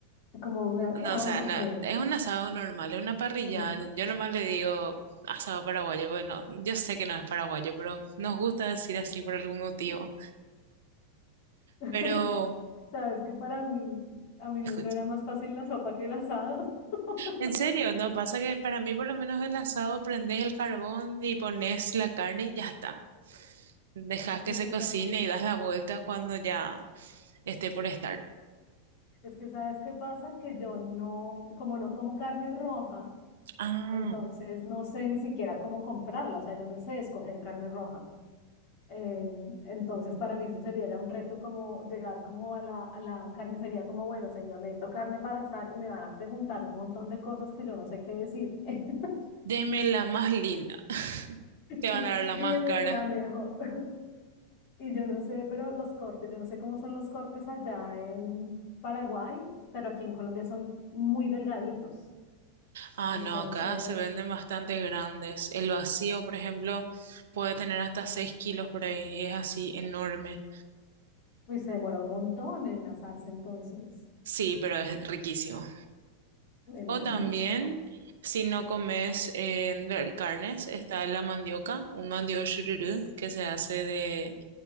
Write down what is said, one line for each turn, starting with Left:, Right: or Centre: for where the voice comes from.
Left: Como una,
Right: No,
Left: ah,
Right: o sea,
Left: ok,
Right: no, es un asado normal, es una parrilla.
Left: una,
Right: Yo nomás le digo asado paraguayo, porque no- yo sé que no es paraguayo, pero nos gusta decir así por algún motivo.
Left: <laughs>
Right: Pero,
Left: sabes que para mí, a mí
Right: escucha,
Left: me suena más fácil la sopa que el asado. <laughs>
Right: en serio, no pasa que para mí por lo menos el asado prendes el carbón y pones la carne y ya está. Dejas que
Left: Es
Right: se
Left: que
Right: cocine
Left: sabes,
Right: y das la vuelta cuando ya esté por estar.
Left: es que sabes qué pasa, que yo no, como no como carne roja,
Right: Ah,
Left: Entonces no sé ni siquiera cómo comprarla, o sea, yo no sé escoger carne roja. Eh, entonces para mí eso sería ya un reto como llegar como a la, a la carnicería como, bueno, señor, necesito carne para asar y me van a preguntar un montón de cosas que yo no sé qué decir. <laughs>
Right: deme la más linda. <laughs> Te van
Left: Sí,
Right: a dar la
Left: dime
Right: más cara.
Left: la mejor. <laughs> Y yo no sé, pero los cortes, yo no sé cómo son los cortes allá en Paraguay, pero aquí en Colombia son muy delgaditos.
Right: Ah,
Left: Entonces,
Right: no, acá se venden bastante grandes. El vacío, por ejemplo, puede tener hasta 6 kilos por ahí. y Es así enorme.
Left: uy, se demora un montón en asarse entonces,
Right: Sí, pero es riquísimo.
Left: me imagino.
Right: O también,
Left: Ah,
Right: si no comes eh, ver- carnes, está la mandioca, un mandioca shururu que se hace de